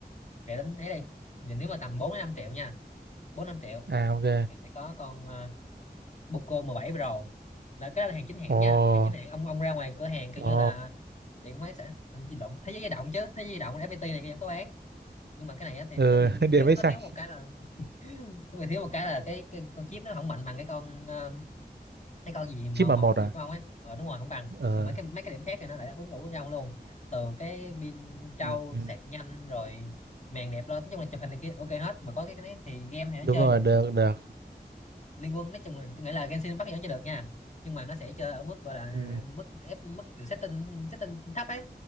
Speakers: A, on the left (about 45°); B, on the right (about 80°).
A: rẻ đến ấy đây giờ nếu mà tầm 4 5 triệu nha bốn năm triệu
B: à ok
A: thì sẽ có con uh, Poco 17 Pro là cái đó là hàng chính hãng
B: ồ
A: nha hàng chính hãng ông ông ra ngoài cửa hàng kiểu
B: ồ
A: như là điện máy sẽ ừ, gì lộn thế giới di động chứ thế giới di động FPT này vẫn có bán nhưng mà cái này á, thì
B: ừ
A: nó bị
B: <laughs> điện
A: thiếu
B: máy
A: nó
B: xanh
A: thiếu một cái là nó bị thiếu một cái là cái, cái con chip nó không mạnh bằng cái con ờ, cái con gì màu
B: chip mà
A: một
B: một
A: của
B: à
A: Việt của ông ấy ờ đúng rồi không bằng
B: ờ
A: nhưng mà cái mấy cái điểm khác thì nó lại đáp ứng đủ với nhau luôn từ cái pin trâu
B: Ừ. ừ.
A: sạc nhanh rồi màn đẹp lên nói chung là chụp hình này kia ok hết mà có cái, đấy thì game thì nó
B: đúng
A: chơi
B: rồi
A: được
B: được được
A: liên quân nói chung là tôi nghĩ là Genshin Impact vẫn chơi được nha nhưng mà nó sẽ chơi ở mức gọi là
B: ừ
A: mức ép mức kiểu setting setting thấp ấy